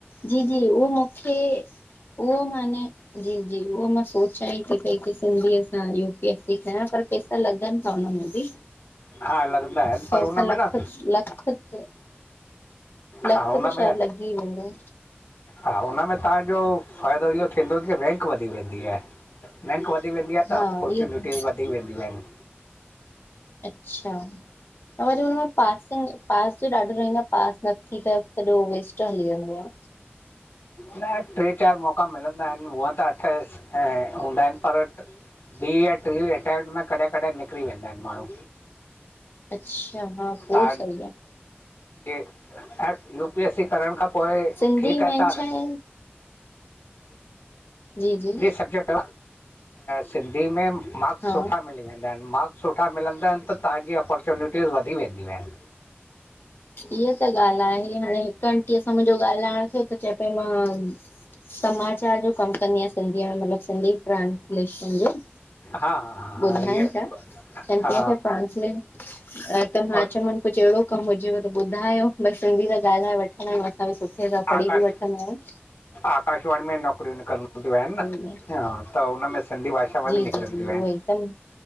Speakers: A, on the left (about 60°); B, on the left (about 80°).
A: जी जी उहो मूंखे, उहो माने जी जी उहो मां सोचां ई थी पई कि सिंधी सां यू पी एस सी कयां, पर पैसा त लॻनि था उन में ॿि,
B: हा लॻंदा आहिनि पर
A: लख
B: हुन में
A: लख
B: न
A: त लख,
B: हा
A: लख
B: हुन
A: त
B: में
A: शायद लॻी ई वेंदो।
B: हा, हुनमें तव्हांजो फ़ाइदो इहो थींदो की रेंक वधी वेंदी आहे। रैंक वधी वेंदी आ त
A: हा
B: अपोर्चुनिटीज़
A: इहो त
B: वधी वेंदियूं आहिन।
A: अच्छा, ऐं वरी हुनमें पास पास जो ॾाढो रहंदो आ पास नथी त सॼो वेस्ट हली वेंदी आ।
B: न टे चारि मौक़ा मिलंदा आहिनि हुअं त अठ ऐं हूंदा आहिनि पर ॿीं या टीं अटैम्पट में कॾहिं कॾहिं निकिरी वेंदा आहिनि माण्हू।
A: अच्छा, हा पो
B: तव्हां
A: सही आ।
B: यू पी एस सी करण खां पोइ
A: सिंधी
B: ठीकु आ
A: मेन
B: तव्हां
A: छा आहे जी जी
B: सिंधी सब्जेक्ट सिंधी में मार्क्स
A: हा
B: सुठा मिली वेंदा आहिनि मार्क्स सुठा मिलंदा आहिनि त तव्हांजी अपॉर्चुनिटीज़ वधी वेंदियूं आहिनि।
A: ईहा त ॻाल्हि आहे हाणे हिक आंटीअ सां मुंहिंजो ॻाल्हाइण थियो त चए पई मां समाचार जो कमु कंदी आहियां सिंधीअ में मतलबु सिंधी ट्रांसलेशन जो
B: हा हा हा हा
A: ॿुधाइनि
B: इहे
A: पिया, कंटेंप्ट
B: हा
A: ट्रांसलेट त मां
B: और
A: चयोमानि कुझु अहिड़ो कमु हुजेव त ॿुधायो भई सिंधी त ॻाल्हाए वठंदा आहियूं असां बि सुठे सां पढ़ी
B: आकाश
A: बि वठंदायूं
B: आकाशवाणी में नौकरियूं निकरंदियू आहिनि
A: में
B: न त उनमें सिंधी भाषा में
A: जी
B: बि
A: जी
B: निकिरंदियूं
A: जी उहो
B: आहिनि
A: हिकदमि